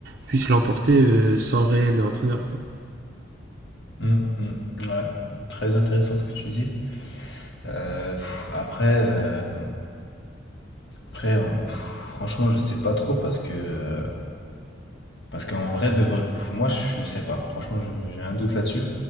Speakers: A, on the right; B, on the left.
A: puisse l'emporter euh, sans réel entraîneur, quoi.
B: Mm, mm, ouais, très intéressant ce que tu dis. Euh, pff, après, euh, après on- pff, franchement, je sais pas trop parce que euh, parce qu'en vrai, de vrai- pff, moi, je sais pas. Franchement, je- j'ai un doute là-dessus.